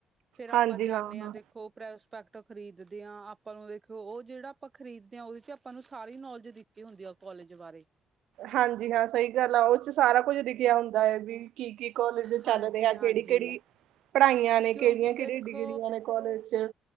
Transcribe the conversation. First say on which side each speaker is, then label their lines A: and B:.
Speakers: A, on the right; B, on the right.
A: ਫੇਰ
B: ਹਾਂਜੀ
A: ਆਪਾਂ ਜਾਂਨੇ
B: ਹਾਂ
A: ਆ,
B: ਹਾਂ
A: ਦੇਖੋ, ਪ੍ਰੈਸ। ਪੈਕਟ ਖਰੀਦਦੇ ਆ, ਆਪਾਂ ਨੂੰ ਦੇਖਿਓ, ਓ ਜੇੜਾ ਆਪਾਂ ਖ਼ਰੀਦ ਦੇ ਆ, ਓਦੇ 'ਚ ਆਪਾਂ ਨੂੰ ਸਾਰੀ ਨੌਲੇਜ ਜੇ ਹੁੰਦੀ ਉਹ ਕੋਲਜ ਬਾਰੇ।
B: ਹਾਂਜੀ ਹਾਂ, ਸਹੀ ਗੱਲ ਆ, ਉਹ 'ਚ ਸਾਰਾ ਕੁੱਝ ਲਿਖਿਆ ਹੁੰਦੈ ਵੀ। ਕੀ- ਕੀ ਕੋਲਜ
A: ਹਾਂਜੀ
B: ਚੱਲ ਰੇਆ,
A: ਹਾਂਜੀ
B: ਕੇੜੀ- ਕੇੜੀ? ਪੜ੍ਹਾਈਆਂ ਨੇ
A: ਕਿਉਂਕਿ
B: ਕੇੜੀਆਂ-ਕੇੜੀਆਂ
A: ਦੇਖੋ
B: ਡਿਗਰੀਆਂ ਨੇ ਕੋਲਜ 'ਚ,?